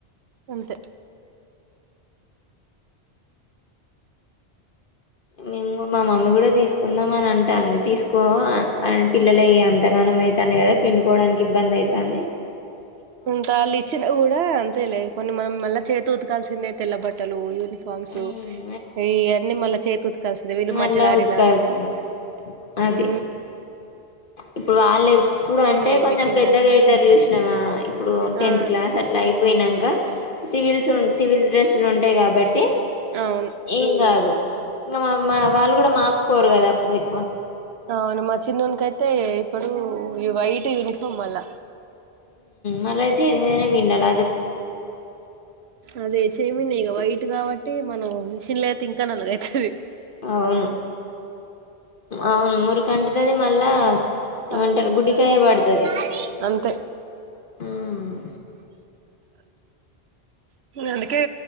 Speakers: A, on the right; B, on the left.
A: అంతే
B: మేము మా మమ్మీ కూడా తీసుకుందాం అని అంటాంది తీసుకో పిల్లలే ఎంతగానం అవుతనే కదా పిండుకోవడానికి ఇబ్బంది అవుతుంది
A: ఉకాా లిచిన కూడాఊడ అంత అలే కొన్ని మనం మళ్ళీ చేతి ఉతుకాల్సిందే తెల్లబట్టలు ఇ ఫారమ్సు
B: ఉమ్
A: ఇవన్నీ మళ్ళా చేతు కలిసద వీళ్లు
B: మళ్ళా
A: మటిలా ఆడినా
B: ఉతకాల్సింది అది
A: హ
B: ఇప్పుడు వాళ్ళు ఇప్పుడు అంటే
A: నేను
B: కొంచెం
A: మిషన్లా
B: పెద్దగా అవుతారు చూసినావా ఇప్పుడు టెన్త్
A: ఆ
B: క్లాస్ అట్లా అయిపోయినాక సివిల్స్ ఉంది సివిల్డ్రెస్ అసలు ఉంటాయి కాబట్టి
A: అవును
B: ఏం కాదు ఇంకా మా మా వాళ్ళు కూడా మా ఆపుకోరు కదా ఇప్పుడు ఎక్కువ
A: అవును మా చిన్నకైతే ఇప్పుడు ఈ వైట్ యూనిఫామ్ వల్ల
B: మళ్చ్చ ఇదిమే బిండాల
A: అదే చైమన్గ వైట్ కాబట్టి మనం మిషన్ లో అయితే ఇంకా నలుగైతుది
B: అవును అవును మురుఖంంటదద మళ్ళా
A: కళలాంటి
B: ఏమంటారు గుడ్డికాయ
A: డాక్టర్
B: పడుతది
A: అంతే
B: ఉమ్
A: అందుకే